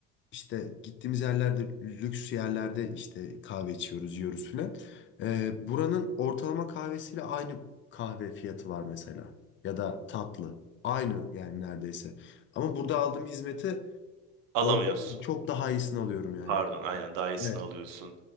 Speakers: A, on the left (about 35°); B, on the right (about 60°).
A: işte gittiğimiz yerlerde lüks yerlerde işte kahve içiyoruz, yiyoruz filan. E, buranın ortalama kahvesiyle aynı kahve fiyatı var mesela. Ya da tatlı. Aynı yani neredeyse. Ama burada aldığım hizmeti
B: Alamıyorsun.
A: orada çok daha iyisini alıyorum yani.
B: Pardon, aynen daha iyisini
A: Evet.
B: alıyorsun.